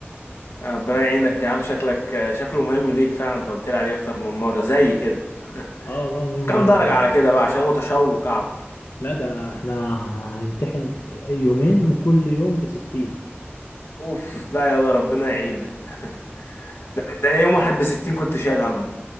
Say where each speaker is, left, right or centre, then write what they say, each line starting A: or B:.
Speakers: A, on the left; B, on the left.
A: ربنا يعينك يا عم شكلك شكله مهم ليك فعلا انت قلت لي عليه اكتر من مره زي كده
B: اه والله
A: <laughs>
B: مهم
A: كام
B: أوي.
A: درجه على كده بقى عشان متشوق اعرف
B: لا ده احنا هنمتحن يومين وكل يوم بستين
A: اوف لا يا ربنا يعينك <laughs> ده, ده انا يوم واحد بستين كنت شايل همه